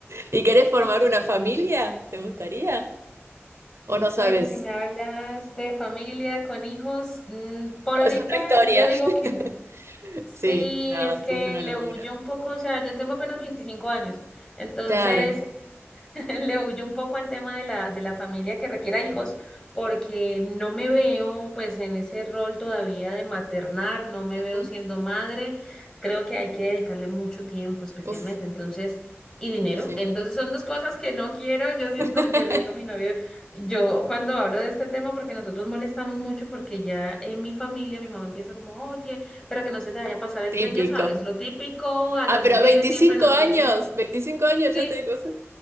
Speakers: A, on the right (about 65°); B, on the left (about 20°).
A: ¿Y querés formar
B: Sí.
A: una familia? ¿Te gustaría? ¿O no sabes?
B: Bueno, si me hablas de familia con hijos, mm, por ahorita
A: Es otra historia.
B: yo digo
A: <laughs>
B: que no. Sí,
A: Sí, no,
B: es que
A: sí es una
B: le
A: locura.
B: huyo un poco, o sea, yo tengo apenas 25 años, entonces
A: Claro.
B: <laughs> Le huyo un poco al tema de la, de la familia que requiera hijos,
A: Sí.
B: porque no me veo pues en ese rol todavía de maternar, no me
A: Ujú.
B: veo siendo madre, creo que hay que dedicarle mucho tiempo especialmente,
A: Uf,
B: entonces, y dinero,
A: sí.
B: entonces son dos cosas que no quiero, yo siento,
A: <laughs>
B: yo le digo a mi novio, yo cuando hablo de este tema, porque nosotros molestamos mucho, porque ya en mi familia mi mamá empieza como, oye, pero que no se te vaya a pasar el
A: Típico.
B: tren, ya sabes, lo típico, a
A: Ah,
B: las
A: pero
B: mujeres
A: 25
B: siempre nos
A: años,
B: dicen,
A: veinticinco años
B: sí,
A: ya te cosas.